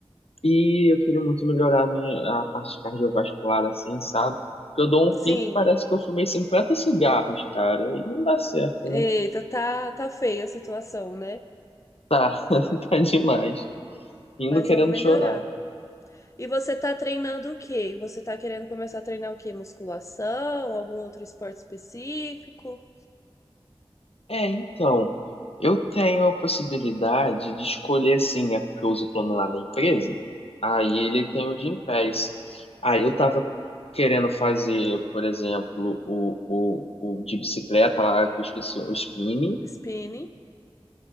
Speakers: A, on the left; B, on the left.
A: e eu queria muito melhorar a minha a parte cardiovascular assim, sabe? Porque eu dou um
B: Sim.
A: pique, parece que eu fumei 50 cigarros, cara, e não dá certo,
B: Eita,
A: né?
B: tá, tá feia a situação, né?
A: Tá, <laughs> tá demais. Indo
B: Mas
A: querendo
B: vamos melhorar.
A: chorar.
B: E você tá treinando o quê? Você tá querendo começar a treinar o quê? Musculação? Algum outro esporte específico?
A: É, então, eu tenho a possibilidade de escolher, assim, é porque eu uso o plano lá da empresa, aí
B: Uhum.
A: ele tem o Gym Pass. Aí eu tava querendo fazer, por exemplo, o, o, o de bicicleta lá, que eu esqueci, o spinning,
B: Spinning.